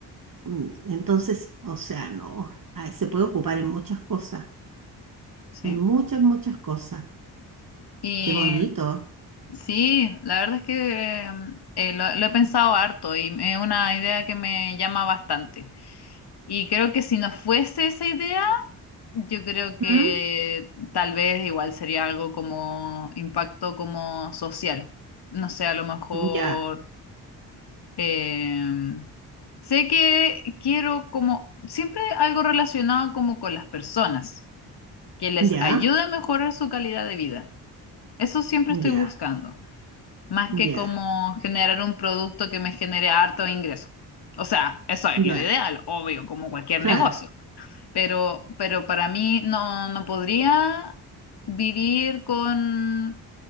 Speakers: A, on the right; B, on the left.
A: Mm, Entonces, o sea, no, ah, se puede ocupar en muchas cosas,
B: sí.
A: en muchas, muchas cosas.
B: Y
A: Qué bonito.
B: Sí, la verdad es que em, eh, lo, lo he pensado harto y es una idea que me llama bastante. Y creo que si no fuese esa idea, yo creo que
A: ¿Mm?
B: tal vez igual sería algo como impacto como social. No sé, a lo mejor
A: Ya,
B: eh, sé que quiero como siempre algo relacionado como con las personas, que les
A: ya,
B: ayude a mejorar su calidad de vida. Eso siempre estoy
A: ya,
B: buscando. más que
A: ya,
B: como generar un producto que me genere harto ingreso. O sea, eso es
A: ya.
B: lo ideal, obvio, como cualquier negocio.
A: Claro.
B: Pero, pero para mí no, no podría vivir con